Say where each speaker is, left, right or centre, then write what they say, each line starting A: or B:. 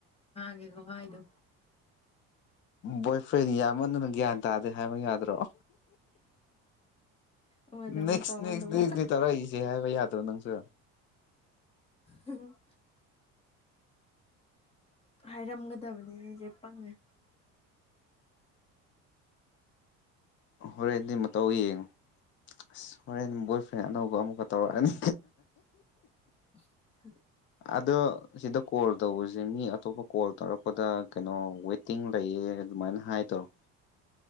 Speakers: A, on the left; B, on the left.
A: ꯍꯦꯒꯣ ꯍꯥꯏꯗꯣ
B: ꯕꯣꯏ ꯐ꯭ꯔꯦꯟ ꯌꯥꯝꯃꯗꯨꯅ ꯒ꯭ꯌꯥꯟ ꯇꯥꯗꯦ ꯍꯥꯏꯕ ꯌꯥꯗ꯭ꯔꯥ
A: ꯑꯃꯗ ꯑꯃꯨꯛ
B: ꯅꯦꯛꯁ
A: ꯇꯧ ꯑꯃꯗ
B: ꯅꯦꯛꯁ
A: ꯑꯃꯨꯛ
B: ꯅꯦꯛꯁ
A: ꯇꯧ
B: ꯅ ꯇꯔꯥꯏꯁꯦ ꯍꯥꯏꯕ ꯌꯥꯗ꯭ꯔꯣ ꯅꯪꯁꯨ
A: ꯎꯝ ꯍꯥꯏꯔꯝꯒꯗꯕꯅꯦ ꯑꯩꯁꯦ ꯄꯪꯉꯦ
B: ꯍꯣꯔꯦꯟꯗꯤ ꯃꯇꯧ ꯌꯦꯡꯉꯨ ꯑꯁ ꯍꯣꯔꯦꯟ ꯕꯣꯏ ꯐ꯭ꯔꯦꯟ ꯑꯅꯧꯕ ꯑꯃꯨꯛꯀ ꯇꯧꯔꯛꯑꯅꯤ
A: <inaudible>
B: ꯑꯗꯣ ꯑꯁꯤꯗ ꯀꯣꯜ ꯇꯧꯕꯁꯦ ꯃꯤ ꯑꯇꯣꯞꯄ ꯀꯣꯜ ꯇꯧꯔꯛꯄꯗ ꯀꯩꯅꯣ ꯋꯦꯇꯤꯡ ꯂꯩꯌꯦ ꯑꯗꯨꯃꯥꯏꯅ ꯍꯥꯏ ꯇꯧꯔꯣ